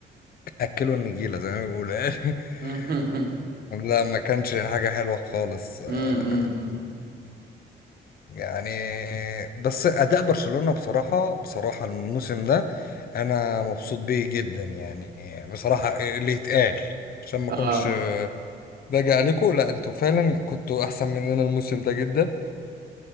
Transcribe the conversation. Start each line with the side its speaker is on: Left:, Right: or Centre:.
Left: اكله النجيله زي ما بيقولوا يعني
Right: <laughs>
Left: <laughs> لا ما كانش حاجه حلوه خالص آه،
Right: امم
Left: يعني بس اداء برشلونه بصراحه بصراحه الموسم ده انا مبسوط بيه جدا يعني بصراحه اللي يتقال عشان ما
Right: اه
Left: اكونش باجي عليكم لا انتوا فعلا كنتوا احسن مننا الموسم ده جدا